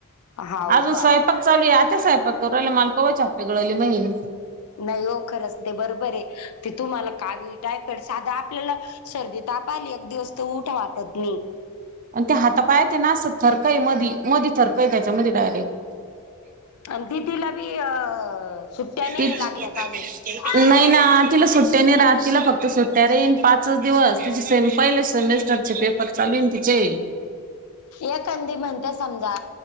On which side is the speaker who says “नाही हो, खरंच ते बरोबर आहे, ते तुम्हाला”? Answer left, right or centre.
Left